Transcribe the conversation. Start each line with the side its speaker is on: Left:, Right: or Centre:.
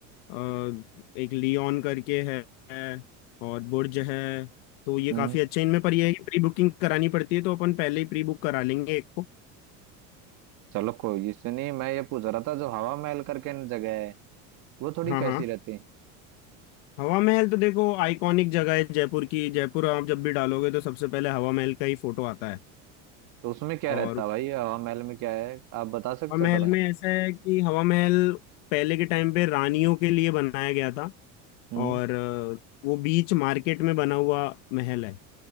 Left: अ, एक लियोन करके है है, और बुर्ज है तो ये
Right: हम्म
Left: काफी अच्छे हैं। इनमें पर ये है कि प्री बुकिंग करानी पड़ती है तो अपन पहले ही प्री बुक करा लेंगे एक को
Right: चलो कोई ये सुनिए मैं ये पूछ रहा था जो हवा महल करके न जगह है वो थोड़ी
Left: हाँ
Right: कैसी
Left: हाँ
Right: रहती है
Left: हवा महल तो देखो आइकॉनिक जगह है जयपुर की जयपुर आप जब भी डालोगे तो सबसे पहले हवा महल का ही फोटो आता है
Right: तो उसमें क्या
Left: और
Right: रहता है भाई हवा महल में क्या है आप बता सकते
Left: हवा महल
Right: हो थोड़ा
Left: में ऐसा है कि हवा महल पहले के टाइम पे रानियों के लिए बनाया गया था
Right: हम्म
Left: और अ, वो बीच मार्केट में बना हुआ महल है